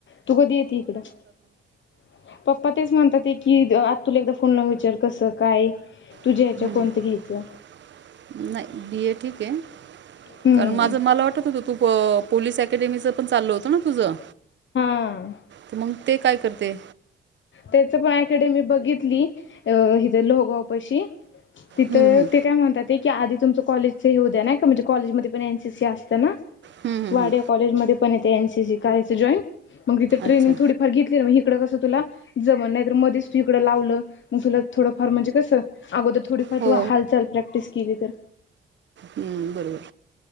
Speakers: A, on the left; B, on the right.
A: तू कधी यती इकडं. <unintelligible> तेच म्हणतात ते की, आत्तुला एकदा फोन लावून विचार कसं काय तुझ्या
B: <unintelligible>
A: ह्याच्या कोणतं घ्यायचं
B: नाय ये ठीक आहे.
A: हम्म
B: कारण माझ मला वाटत होतं, तू पोलीस अकॅडमीचं पण चालल होतं ना तुझं.
A: हा
B: तर मग ते काय करते?
A: त्याच पण अकेडेमी बघितली. अ हिथे लोहगाव पशी. तिथं
B: हं, हं.
A: ते काय म्हणतात की, आधी तुमचं कॉलेज हे होऊ द्या, ना का म्हणजे कॉलेजमध्येध्ये पण एनसीसी असत्यात.
B: हं, हं,
A: वाड्या
B: हं.
A: कॉलेज मध्ये, पण येते एनसीसी करायचं जॉईन. मग तिथे ट्रेनिंगथोडीफार
B: अच्छा
A: घेतली ना, मग इकडं कसं तुला जमल नाही तर मध्येच तू इकडं लावलं मग तुला थोडं, फार म्हणजे कसं <unintelligible> थोडीफार
B: हो
A: तू, हालचाल प्रॅक्टिस केली तर
B: हम्म, बरोबर.